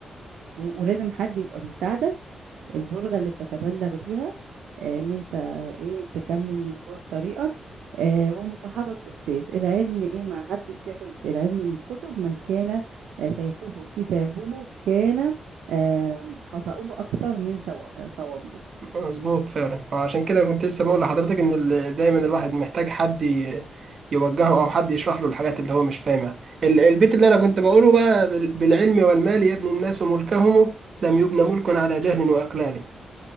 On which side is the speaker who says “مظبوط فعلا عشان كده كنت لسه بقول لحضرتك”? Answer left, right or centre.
Right